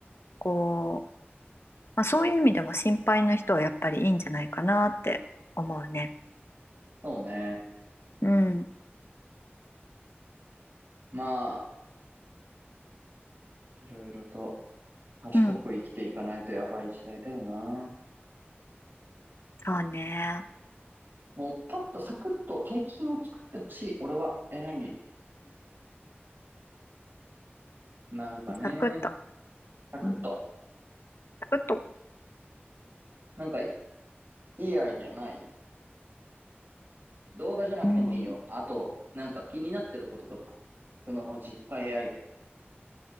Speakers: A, on the left; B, on the right.
A: こう、まあ、そういう意味でも心配な人はやっぱりいいんじゃないかなって思うね
B: そうね。
A: うん
B: まあ、いろいろと賢く生きていかないとやばい時代だよな。
A: うんそうね
B: もうパッとサクッと大金を作ってほしい。俺は AI に。なんかね、
A: サクッと、
B: サクッと。
A: うん、サクッと、
B: なんかいいアイディアない動画じゃなくてもいいよ。
A: うん、
B: あと、なんか気になってることとか。テクノロジーとか AI で。